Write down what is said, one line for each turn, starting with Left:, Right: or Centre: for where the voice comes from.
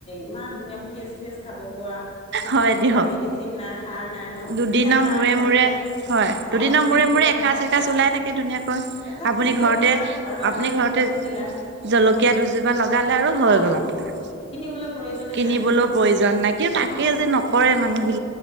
Left: ইমান ধুনীয়া ফ্ৰেচ ফ্ৰেচ খাব পোৱা। কোনো
Right: হয় দিয়ক
Left: বোলে মেডিচিন নাই, সাৰ নাই ন?
Right: দুদিনৰ
Left: এতিয়া আমাৰ
Right: মূৰে
Left: তেনেকে,
Right: মূৰে হয় দুদিনৰ
Left: অ'। ছিগি
Right: মূৰে
Left: থাকিবা
Right: মূৰে এসাঁজ
Left: খাই থাকা
Right: এসাঁজ ওলাই থাকে ধুনীয়াকৈ।
Left: এসাঁজ
Right: আপুনি
Left: নিজেও
Right: ঘৰতে,
Left: খালা আৰু
Right: আপুনি
Left: এসাঁজ
Right: ঘৰতে
Left: লোককো দিলা
Right: জলকীয়া দুজোপা লগালে আৰু হৈ
Left: অ
Right: গ'ল আপোনাৰ
Left: কিনিবলৈ প্ৰয়োজনে
Right: কিনিবলৈ
Left: নাই
Right: প্ৰয়োজন নাই কিন্তু তাকে
Left: অ
Right: যে নকৰে মানুহ কি